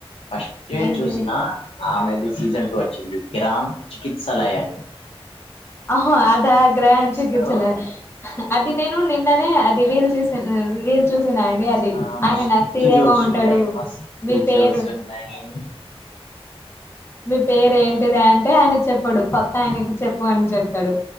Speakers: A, on the left; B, on the left.
A: ఫస్టే
B: ఏంటిది
A: చూసిన ఆమెది సీజన్ టూ వచ్చింది కిరామ్ చికిిత్సలయాన్
B: ఆహో అదా గ్రహంచికిసలే
A: లో
B: అది నేను నిన్ననే అది రీల్ చేసాను రీల్ చూసినా అండి అది
A: ఆ మస్తు
B: ఆయన నత్తి
A: జోక్స్
B: ఏమో ఉంటడు
A: ఉన్నాయి మస్తు
B: మీ పేరు
A: జోక్స్ ఉన్నాయి
B: మీ పేర్ ఏన్ టిదీ అంటే ఆయన చెప్పడు పక్క ఆయనకి చెప్పు అని చెప్తడు.